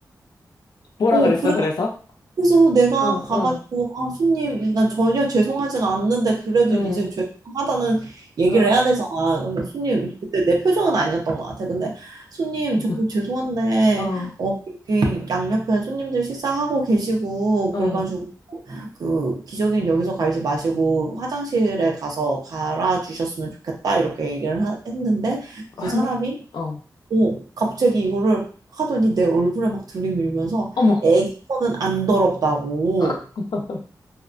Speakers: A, on the left (about 85°); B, on the right (about 65°).
A: 뭐라
B: 어,
A: 그랬어,
B: 그래.
A: 그래서?
B: 그래서 내가
A: 응,
B: 가가지고
A: 응,
B: 아 손님 난 전혀
A: 응,
B: 죄송하진 않는데 그래도
A: 응,
B: 이제 죄송하다는 얘기를
A: 어,
B: 해야 되잖아. 그래서 손님 그때 내 표정은 아니었던 것 같아. 근데 손님
A: <laughs>
B: 정말 죄송한데
A: 어,
B: 어 여기 양옆에 손님들 식사하고 계시고
A: 어,
B: 그래가지고 그 기저귀는 여기서 갈지 마시고 화장실에 가서 갈아 주셨으면 좋겠다 이렇게 얘기를 하- 했는데 그
A: 화내?
B: 사람이
A: 어,
B: 오, 갑자기 이거를 하더니 내 얼굴에 막 들이밀면서
A: 어머.
B: 애기 거는 안 더럽다고.
A: <laughs>